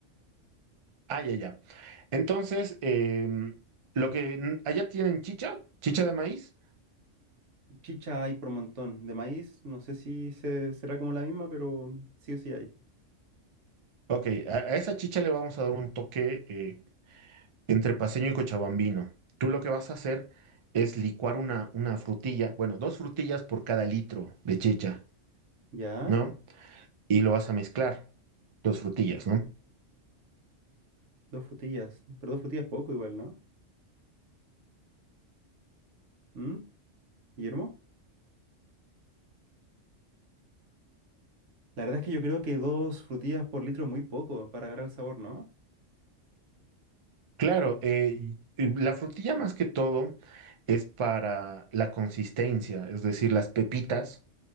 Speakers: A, on the right; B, on the right.
A: Ah, ya, ya. Entonces, em, lo que allá tienen chicha, chicha de maíz.
B: Chicha hay por montón. De maíz, no sé si se- será como la misma, pero sí o sí hay.
A: Ok, a, a esa chicha le vamos a dar un toque eh, entre paceño y cochabambino. Tú lo que vas a hacer es licuar una, una frutilla, bueno, dos frutillas por cada litro de chicha,
B: ¿Ya?
A: ¿no? Y lo vas a mezclar, dos frutillas, ¿no?
B: Dos frutillas. Pero dos frutillas poco igual, ¿no? ¿Mm? ¿Guillermo? La verdad es que yo creo que dos frutillas por litro es muy poco para agarrar el sabor, ¿no?
A: Claro, eh, y la frutilla más que todo es para la consistencia, es decir, las pepitas.